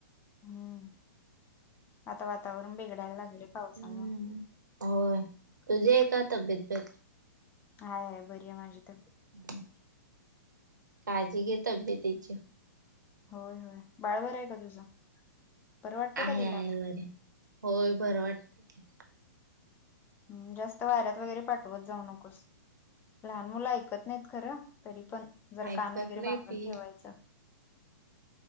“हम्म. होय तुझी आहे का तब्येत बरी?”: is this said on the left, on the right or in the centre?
Right